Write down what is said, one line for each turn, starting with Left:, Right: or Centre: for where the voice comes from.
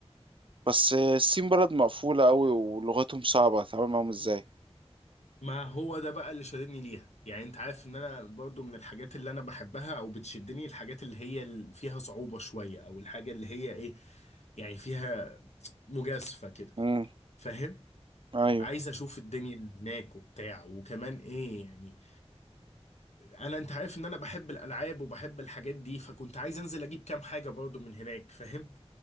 Right: بس الصين بلد مقفوله قوي ولغتهم صعبه هتتعامل معاهم ازاي
Left: ما هو ده بقى اللي شددني ليها يعني انت عارف ان انا برضو من الحاجات اللي انا بحبها او بتشدني الحاجات اللي هي ال- فيها صعوبة شوية او الحاجة اللي هي ايه يعني فيها مجازفة كده
Right: امم
Left: فاهم
Right: ايوه
Left: عايز اشوف الدنيا اللي هناك وبتاع وكمان ايه يعني انا انت عارف ان انا بحب الالعاب وبحب الحاجات دي فكنت عايز انزل اجيب كام حاجه برضو من هناك فاهم